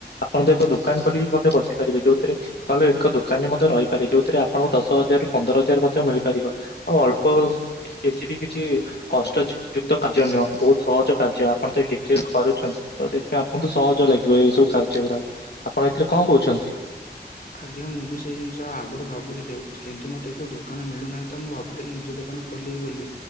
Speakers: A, on the left (about 75°); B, on the left (about 60°).
A: ଆପଣ ତ ଏକ ଦୋକାନ କରିକି ମଧ୍ୟ ବସିପାରିବେ ଯୋଉଥିରେ ତାହେଲେ ଏକ ଦୋକାନରେ ମଧ୍ୟ ରହିପାରେ ଯୋଉଥିରେ ଆପଣଙ୍କୁ ଦଶ ହଜାରରୁୁ ପନ୍ଦର ହଜାର ମଧ୍ୟ ମିଳିପାରିବ। ଆଉ ଅଳ୍ପ ବେଶୀ ବି କିଛି କଷ୍ଟଯୁକ୍ତ କା କାର୍ଯ୍ୟ ନୁହଁ ବହୁତ ସହଜ କାର୍ଯ୍ୟ ଆପଣତ ହିଟ୍ରେଲ କରୁଛନ୍ତି। ତ ସେଇଥିପାଇଁ ଆପଣଙ୍କୁୁତ ସହଜ ଲାଗିବ ଏଇ ସବୁ କାର୍ଯ୍ୟ ଗୁରାକ ଆପଣ ଏଥିରେ କଣ କହୁଛନ୍ତି?
B: ଆଜ୍ଞା ମୁଁ ବି ସେଇ ଜିନିଷ ଆଗରୁ ଭାବୁଥିଲି କିନ୍ତୁ ମୋତେ କଉ ଦୋକାନ ମିଳୁନାହିଁ ତ ମୁଁ ଭାବୁଥିଲି ନିଜ ଦୋକାନ ଖୋଲିବି ବୋଲି।